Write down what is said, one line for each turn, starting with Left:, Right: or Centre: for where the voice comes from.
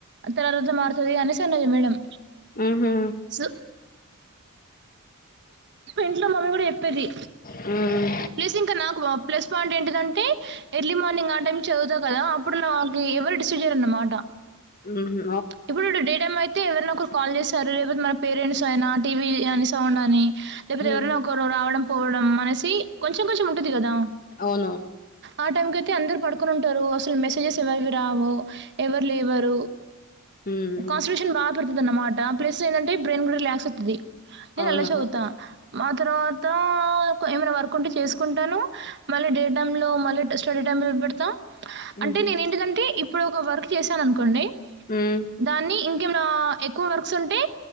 Right: తర్వాత మారుతుంది అనే చిన్నయి మేడం
Left: ఉహు
Right: సు ఇంట్లో మమ్మీ కూడా చెప్పేది
Left: ఉమ్
Right: ప్లస్ ఇంకా నా ఎక్కువ ప్లస్ పాయింట్ ఏంటిదంటే ఎర్లీ మార్నింగ్ ఆ టైమ్ చదువుతా కదా అప్పుడు నాకి ఎవరు డిస్టర్బ్ చెయ్యరన్నమాట
Left: ఊహూ
Right: ఇప్పుడు డే టైమ్ అయితే ఎవరినా ఒకరు కాల్ చేస్తారు లేకపోతే మన పేరెంట్స్ అయినా టీవీ అని సౌండ్ అని లేకపోతే
Left: ఉమ్
Right: ఎవరైనా ఒకరు రావడం పోవడం అనేసి కొంచెం కొంచెం ఉంటుంది కదా
Left: అవును
Right: ఆ టైం కి అయితే అందరు పడుకొని ఉంటారు అసలు మెసేజెస్ ఎవరివి రావు ఎవరు లేవరు
Left: ఉమ్
Right: కాన్స్ట్రేషన్ బాగా పెరుగుతది అన్నమాట ప్లేస్ ఏంటంటే బ్రెయిన్ కూడా రిలాక్స్ అయితది నేన్
Left: అవును
Right: అలా చదువుతా ఆ తర్వాత ఏమైనా వర్క్ ఉంటే చేసుకుంటాను మళ్ళీ డే టైమ్ లో మళ్ళీ యేస్టడే టైం టేబుల్ పెడతా
Left: ఉహు
Right: అంటే నేను ఏంటదంటే ఇప్పుడు ఒక వర్క్ చేశాను అనుకోండి
Left: ఉమ్
Right: దాన్ని ఇంకేమన్నా ఎక్కువ వర్క్స్ ఉంటే